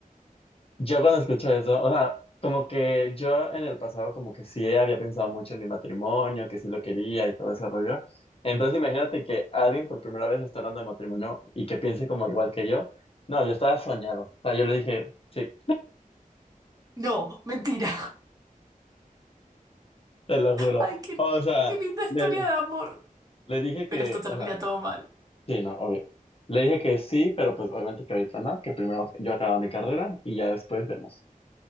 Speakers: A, on the left; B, on the right.
A: Yo cuando escucho eso, o sea, como que yo en el pasado como que sí había pensado mucho en mi matrimonio, que sí lo quería y todo ese rollo. Entonces imagínate que alguien por primera vez me está hablando de matrimonio y que piense como igual que yo. No, yo estaba soñado. O sea, yo le dije, sí,
B: No, mentira.
A: te lo juro.
B: Ay, qué,
A: O sea,
B: qué linda historia
A: le,
B: de amor.
A: le dije
B: Pero
A: que,
B: esto termina
A: o sea,
B: todo mal.
A: sí, no, obvio. Le dije que sí, pero pues obviamente que ahorita no, que primero yo acababa mi carrera y ya después vemos.